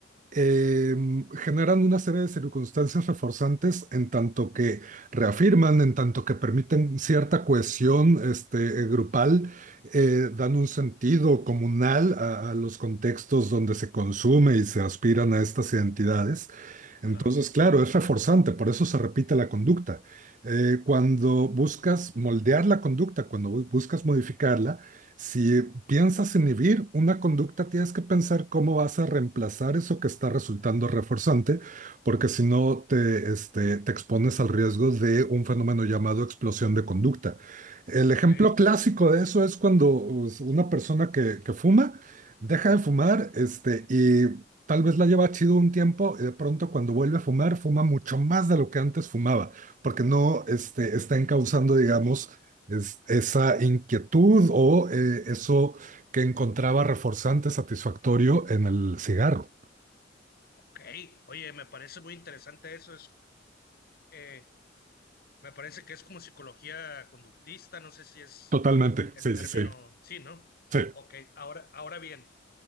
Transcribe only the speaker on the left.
Claro,
ok,
ok. Oye, me parece muy interesante eso. Es, eh, me parece que es como psicología conductista, no sé si es
el
término,
sí, ¿no?
Ok, ahora, ahora bien,